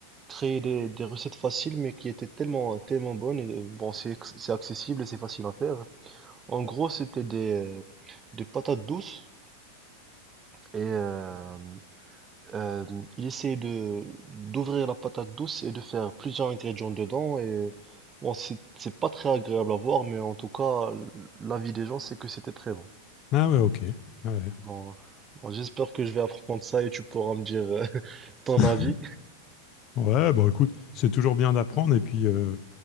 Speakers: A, on the right; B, on the left.
A: créé des, des recettes faciles, mais qui étaient tellement, tellement bonnes. Et euh, bon, c'est, acc- c'est accessible et c'est facile à faire. En gros, c'était des, des patates douces. Et euh, euh, il essayait de d'ouvrir la patate douce et de faire plusieurs ingrédients dedans. Et bon, c'est c'est pas très agréable à voir, mais en tout cas, l'avis des gens, c'est que c'était très bon.
B: Ah ouais, ok. Ouais.
A: Bon, bon, j'espère que je vais apprendre ça et tu pourras me dire euh, <laughs> ton
B: <laughs>
A: avis.
B: Ouais, bah écoute, c'est toujours bien d'apprendre. Et puis, euh,